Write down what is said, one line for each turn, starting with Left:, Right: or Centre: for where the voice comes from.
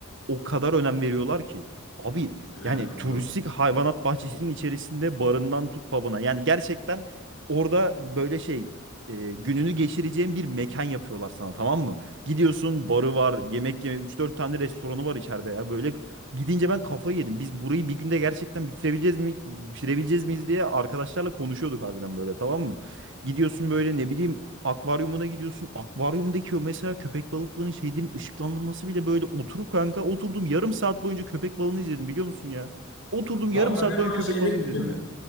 Right: o kadar önem veriyorlar ki. Abi
Left: Öyle
Right: yani
Left: kanka.
Right: turistik hayvanat bahçesinin içerisinde barından tut pub'ına. Yani gerçekten Orada böyle şey e, gününü geçireceğin bir mekan yapıyorlar sana tamam mı? Gidiyorsun barı var yemek yeme üç dört tane restoranı var içeride ya. Böyle gidince ben kafayı yedim. Biz burayı bir günde gerçekten bitirebileceğiz mi bitirebileceğiz miyiz diye arkadaşlarla konuşuyorduk harbiden böyle tamam mı? Gidiyorsun böyle ne bileyim akvaryumuna gidiyorsun. Akvaryumdaki o mesela köpek balıklarının şeylerin ışıklandırması bile böyle oturup kanka oturdum yarım saat boyunca köpek balığını izledim biliyor musun ya? Oturdum yarım
Left: Kanka
Right: saat
Left: ben
Right: boyunca
Left: ona
Right: köpek
Left: şeyde
Right: balığını
Left: gittim.
Right: izledim ya.